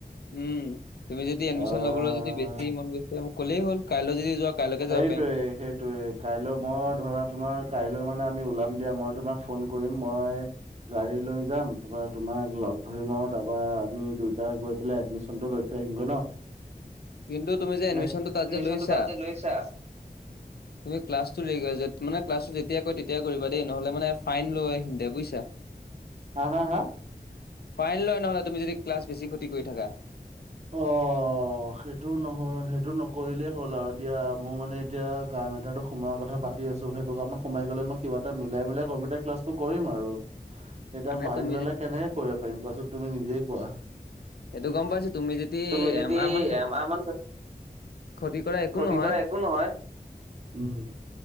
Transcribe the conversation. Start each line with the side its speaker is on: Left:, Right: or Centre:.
Left: উম' তুমি যদি এডমিশন
Right: আহ
Left: ল'বলৈ যদি বেছি কি মন গৈছে মোক ক'লেই হ'ল কাইলৈ যদি যোৱা কাইলৈকে
Right: সেইটোয়ে
Left: যাব পাৰিম।
Right: সেইটোয়ে কাইলৈ মই ধৰা তোমাৰ কাইলৈ মানে আমি ওলাম দিয়া মই তোমাক ফোন কৰিম মই গাড়ী লৈ যাম তাৰপৰা তোমাক লগ ধৰিম আৰু তাৰপা আমি দুইটা গৈ পেলাই এডমিশনটো লৈ থৈ আহিম গই ন'।
Left: কিন্তু তুমি যে এডমিশনতটো
Right: নে
Left: তাত
Right: এডমিশ্যনটো
Left: যে লৈছা
Right: তাত লৈছা
Left: তুমি ক্লাছটো <unintelligible> মানে ক্লাছটো যেতিয়া কয় তেতিয়াই কৰিবা দেই নহ'লে মানে ফাইন লয় সিঁহতে বুজিছা।
Right: হা হা হা
Left: ফাইন লয় নহ'লে তুমি যদি ক্লাছ বেছি ক্ষতি কৰি থাকা।
Right: অ' অ' সেইটো নহয় সেইটো নকৰিলেই হ'ল আৰু দিয়া মোৰ মানে এতিয়া কাম এটাটো সোমোৱাৰ কথা পাটি আছো সেইটো কামত সোমাই গলে মই কিবা এটা মিলাই মিলাই কম্পিউটাৰ ক্লাছটো কৰিম আৰু এতিয়া
Left: মানে
Right: ফাইন
Left: তুমি
Right: ল'লে
Left: যে
Right: কেনেকে কৰিব পাৰিম কোৱাচোন তুমি নিজেই কোৱা।
Left: সেইটো গম পাইছো তুমি যদি
Right: তুমি যদি
Left: এমাহ মান ক্ষতি
Right: এমাহ মান
Left: ক্ষতি কৰা একো
Right: ক্ষতি
Left: নহয়
Right: কৰা একো নহয়। উম।